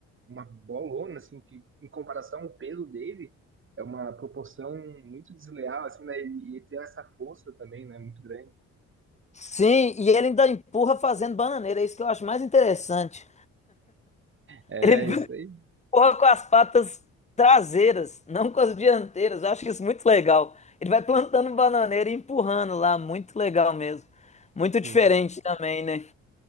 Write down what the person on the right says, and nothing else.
uma bolona, assim, que em comparação ao peso dele, é uma proporção muito desleal, assim, né? E, e tem essa força também, né? Muito grande.
É,
isso aí.
Hum.